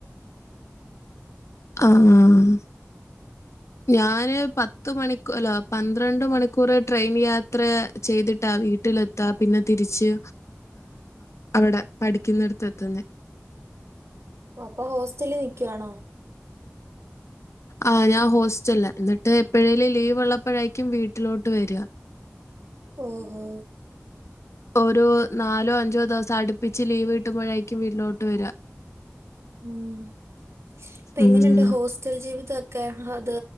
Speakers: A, on the left; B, on the right.
A: ആഹ് ഞാന് പത്ത് മണൂർ അല്ല പന്ത്രണ്ട് മണിക്കൂർ ട്രെയിൻ യാത്ര ചെയ്ത്ട്ട വീട്ടിലെ ത്ത പിന്നെ തിരിച്ച് അവിടെ പഠിക്കുന്നടുത്ത് എത്തുന്നെ
B: ഓ അപ്പൊ ഹോസ്റ്റലിൽ നിക്കുവാണോ
A: ആഹ് ഞാൻ ഹോസ്റ്റലില. എന്നിട്ട് എപ്പോഴേലും ലീവ് ഉള്ളപ്പോഴേക്കും വീട്ടിലോട്ട് വരിക
B: ഓഹോ
A: ഒരു നാലോ അഞ്ചോ ദിവസം അടുപ്പിച്ച് ലീവ് കിട്ടുമ്പോഴാക്കും വീട്ടിലോട്ട് വരാ
B: ഉം ഇപ്പ എങ്ങനെയുണ്ട്
A: ഉം.
B: ഹോസ്റ്റൽ ജീവിതൊക്കെ അത്